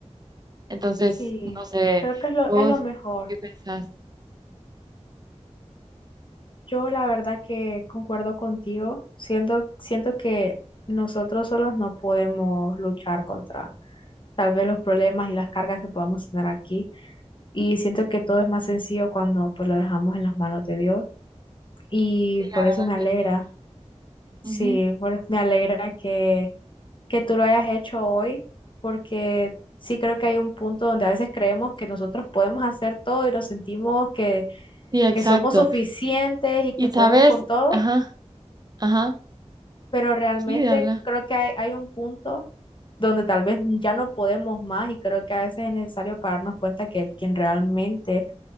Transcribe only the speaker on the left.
sí,
creo que es lo,
es lo mejor.
Yo la verdad que concuerdo contigo. Siento, siento que nosotros solos no podemos luchar contra tal vez los problemas y las cargas que podamos tener aquí. Y siento que todo es más sencillo cuando pues lo dejamos en las manos de Dios. Y
por
eso me alegra,
sí,
por- me alegra que que tú lo hayas hecho hoy, porque sí creo que hay un punto donde a veces creemos que nosotros podemos hacer todo y nos sentimos que,
que somos suficientes y
que
podemos con todo,
pero realmente
creo que hay, hay un punto donde tal vez ya no podemos más y creo que a veces es necesario para darnos cuenta que quien realmente